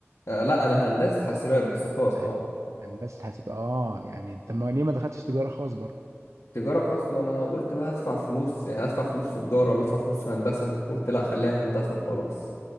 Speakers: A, on the left (about 80°); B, on the right (about 80°).
A: آه لا أنا هندسة حاسبات بس خاص
B: يعني
A: أه
B: هندسة حاسب اه يعني انت ما ليه ما دخلتش تجارة خاص برضه
A: تجارة خاص ما أنا قلت بقى هدفع فلوس يعني هدفع فلوس في تجارة ولا أدفع فلوس في هندسة قلت لا خليها هندسة وخلاص